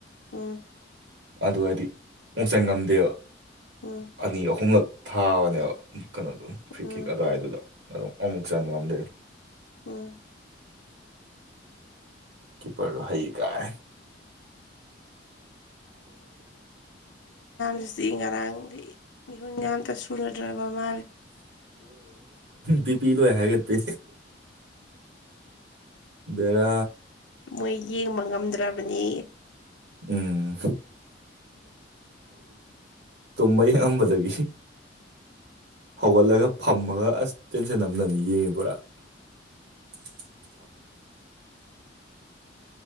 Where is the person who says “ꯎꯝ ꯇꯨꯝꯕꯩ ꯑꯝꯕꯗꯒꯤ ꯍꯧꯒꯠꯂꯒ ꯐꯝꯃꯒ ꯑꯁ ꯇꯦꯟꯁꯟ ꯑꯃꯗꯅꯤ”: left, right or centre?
Right